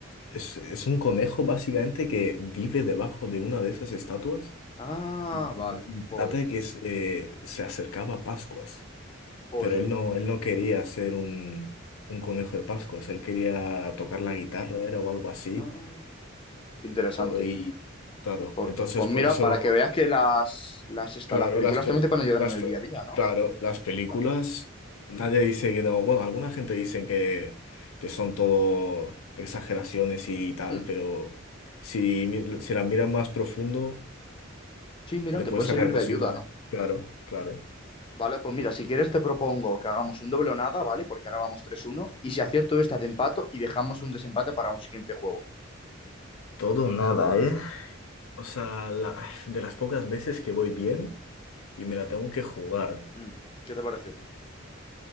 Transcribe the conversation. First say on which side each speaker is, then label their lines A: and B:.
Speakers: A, on the left; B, on the left.
A: es, es un conejo básicamente que vive debajo de una de esas estatuas
B: Ah,
A: y,
B: vale,
A: y trata
B: joder,
A: de que se eh, se acercaba a Pascuas.
B: joder.
A: Pero él no, él no quería ser un, un conejo de Pascuas, él quería tocar la guitarra, era o algo así.
B: Ah, qué interesante.
A: O- y claro,
B: Pues,
A: entonces
B: pues
A: por
B: mira,
A: eso,
B: para que veas que las, las, esta-
A: claro,
B: las películas
A: las, pe-
B: también te pueden ayudar
A: las,
B: en el
A: pe-
B: día a día, ¿no?
A: claro, las películas,
B: Ahí está.
A: nadie dice que no, bueno, alguna gente dice que, que son todo exageraciones y tal,
B: Mm.
A: pero si, mi- si las miras más profundo,
B: Sí, mira,
A: le
B: te
A: puedes
B: pueden
A: sacar
B: servir
A: cositas,
B: de ayuda, ¿no?
A: claro, claro.
B: Vale, pues mira, si quieres te propongo que hagamos un doble o nada, ¿vale? Porque ahora vamos tres uno Y si acierto esta, te empato y dejamos un desempate para un siguiente juego.
A: Todo o nada, ¿eh? O sea, la- de las pocas veces que voy bien y me la tengo que jugar.
B: Mm, ¿Qué te parece?